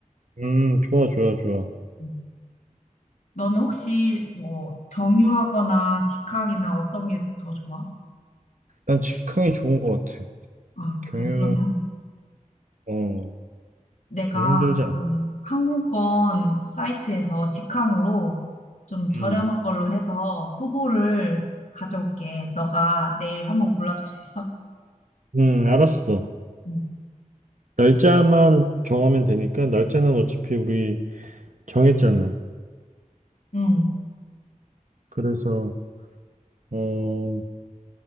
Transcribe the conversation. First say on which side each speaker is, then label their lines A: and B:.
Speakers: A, on the right; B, on the left.
A: 음, 좋아, 좋아, 좋아.
B: 음. 너는 혹시 뭐 경유하거나 직항이나 어떤 게 더 좋아?
A: 난 직항이 좋은 것 같아.
B: 아,
A: 경유,
B: 그래. 그러면
A: 어,
B: 내가
A: 좀 힘들지
B: 그
A: 않아?
B: 항공권 사이트에서 직항으로 좀 저렴한
A: 음,
B: 걸로 해서 후보를 가져올게. 너가 내일 한번 골라줄 수 있어?
A: 음, 알았어.
B: 응.
A: 날짜만 정하면 되니까, 날짜는 어차피 우리 정했잖아.
B: 응.
A: 그래서, 어,